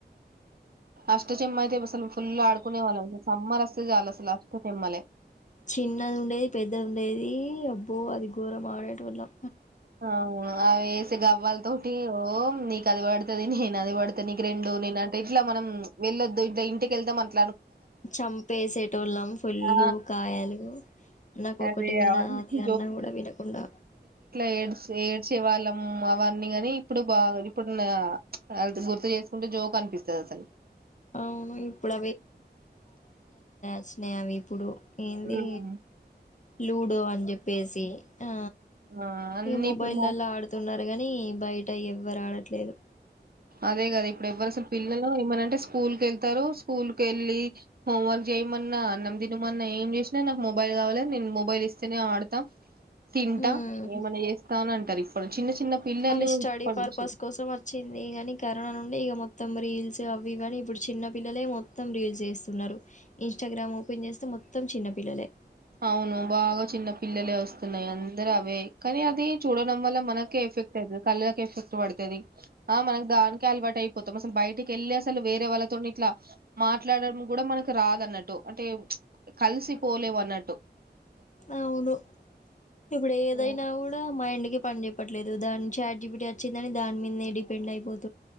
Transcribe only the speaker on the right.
అష్టచమ్మ అయితే అసలు ఫుల్లు ఆడుకునేవాళ్ళం సమ్మర్ అస్తే చాలఅసలు దిమ్మలే
అవును అవే స్తే గవ్వలతోటి ఓం నీ కది పడుతది నేను అది పడుతె నీకు నేను అంటే ఇట్లా మనం వెళ్లొదు ఇంటికి వెళ్తాం అను
ఆ
అదే
అవన్నీ
ఏడ్చ్ ఏడ్చే వాళ్ళము మ్మ్ అవన్నీ కాని ఇప్పుడు బాగా ఇప్పుడున్న కదా ప్చ్ గుర్తు చేసుకుంటే జోక్ అనిపిస్తది అసలు
ఉమ్.
ఆ అన్ని
ఇప్పుడు మో
అదే కదా ఇప్పుడు ఎవ్వరు అసలు పిల్లలు ఏమనంటే స్కూల్ క వెళ్తారు స్కూల్ క వెళ్ళి హోంవర్క్ చేయమన్నా అన్నం తినమన్నా ఏం చేసినా నాకు మొబైల్ కావాలి నేను మొబైల్ ఇస్తేనే ఆడతా తింటా
ఏమన్నా చేస్తా అని అంటారు చిన్న చిన్న పిల్లలు
ఇప్పటి
నుంచి
అవును బాగా చిన్న పిల్లలే వస్తున్నాయి అందరు అవే కానీ అది చూడడం వల్ల మనక ఎఫెక్ట్ అయితది కల్ ఎఫెక్ట్ పడుతది ఆ మనకు దానికి అలవాటు అయిపోతాం అసలు బయటకి వెళ్ళి అసలు వేరే వాళ్ళతో ఇట్లా మాట్లాడడం కూడా మనకి రాద అన్నట్టు అంటే కలిసి పోలేవు అన్నట్టు టు
ఉమ్